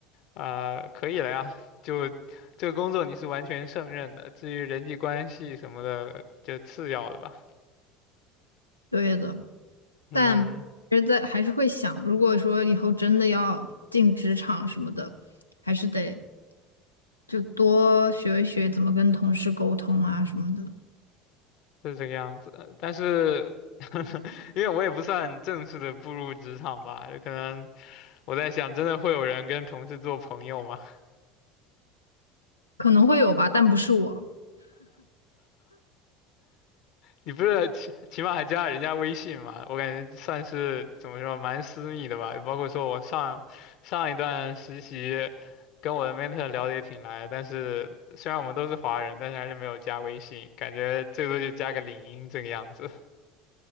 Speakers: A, on the left (about 50°); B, on the left (about 85°).
A: 啊可以了呀。就这个工作你是完全胜任的，至于人际关系什么的，就次要的吧。
B: 对的。
A: 嗯，
B: 但还是在还是会想，如果说以后真的要进职场什么的，还是得就多学一学怎么跟同事沟通啊什么的，
A: 是这个样子的但是 <laughs> 因为我也不算正式的步入职场吧，有可能我在想，真的会有人跟同事做朋友吗？
B: 可能会有吧，但不是我。
A: 你不是起起码还加了人家微信嘛？我感觉算是怎么说，蛮私密的吧。包括说我上上一段实习，跟我的 mentor 聊得也挺来，但是虽然我们都是华人，但是还是没有加微信，感觉最多就加个领英这个样子